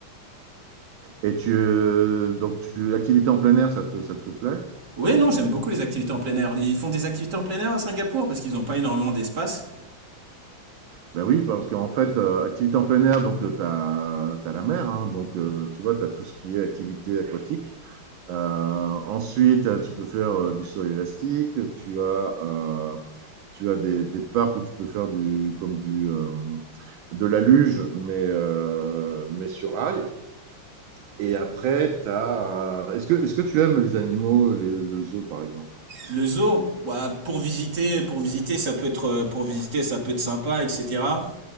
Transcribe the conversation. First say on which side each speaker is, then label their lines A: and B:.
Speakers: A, on the right (about 75°); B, on the right (about 55°).
A: Et tu, euh, donc, tu, activité en plein air, ça te, ça te plaît
B: Ouais, non, j'aime beaucoup les activités en plein air. Ils font des activités en plein air à Singapour parce qu'ils n'ont pas énormément d'espace.
A: Ben oui, parce qu'en fait, euh, activité en plein air, donc tu as, la mer, hein, donc euh, tu vois, tu as tout ce qui est activité aquatique. Euh, ensuite, tu peux faire euh, du sol élastique. Tu as, euh, tu as des, des parcs où tu peux faire du, comme du, euh, de la luge, mais, euh, mais sur rail. Et
B: D'accord.
A: après, t'as... euh, Est-ce que, est-ce que tu aimes les animaux, les- le zoo par exemple?
B: Le zoo, bah, pour visiter, pour visiter, ça peut être, euh, pour visiter, ça peut être sympa, etc.